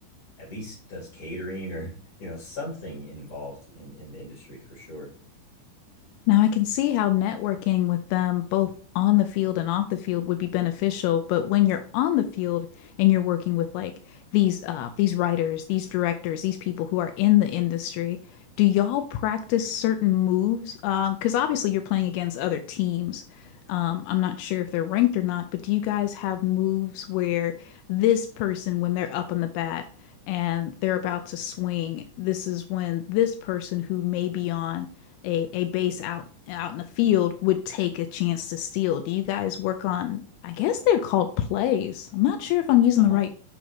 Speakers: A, on the left; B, on the left.
A: at least does catering or <laughs> you know something involved in in the industry for sure.
B: Now, I can see how networking with them both on the field and off the field would be beneficial, but when you're on the field and you're working with like these uh these writers, these directors, these people who are in the industry, do y'all practice certain moves? Um, because obviously you're playing against other teams. Um, I'm not sure if they're ranked or not, but do you guys have moves where this person, when they're up on the bat and they're about to swing, this is when this person who may be on a, a base out out in the field would take a chance to steal? Do you guys work on, I guess they're called plays. I'm not sure if I'm using
A: Uh huh.
B: the right.